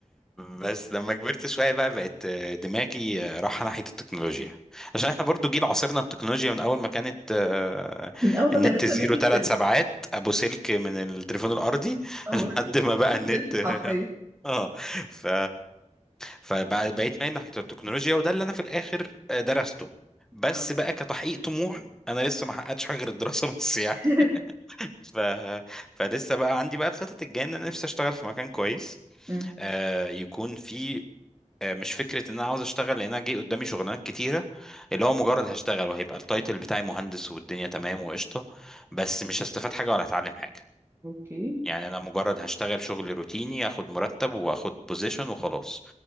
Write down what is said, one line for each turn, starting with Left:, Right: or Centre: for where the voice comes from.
Centre: بس لما كبرت شوية بقى بقت آه، دماغي آه، رايحة ناحية التكنولوجيا عشان احنا برضو جيل عاصرنا التكنولوجيا من اول ما كانت آه،
Right: من اول ما
Centre: النت
Right: كان لسه
Centre: زيرو
Right: الناس
Centre: ثلاث
Right: بسلك
Centre: سبعات ابو سلك من التليفون الارضي <laughs>
Right: اول
Centre: لحد
Right: ما كان لسه
Centre: ما بقى
Right: الناس
Centre: النت
Right: بسلك
Centre: <laughs>
Right: حرفيا
Centre: اه ف فبقيت مايل ناحية التكنولوجيا وده اللي انا في الاخر آه، درسته بس
Right: اه
Centre: بقى كتحقيق طموح انا لسه ما حققتش حاجه غير الدراسه <laughs> بس يعني
Right: <laughs>
Centre: ف... فلسه بقى عندي بقى الخطط الجايه ان انا نفسي اشتغل في مكان كويس
Right: مم.
Centre: آه، يكون فيه آه، مش فكره ان انا عاوز اشتغل لان انا جاي قدامي شغلانات كتيره اللي هو مجرد هشتغل وهيبقى التايتل بتاعي مهندس والدنيا تمام وقشطه بس مش هستفاد حاجه ولا هتعلم حاجه
Right: اوكي
Centre: يعني انا مجرد هشتغل شغل روتيني اخد مرتب واخد بوزيشن وخلاص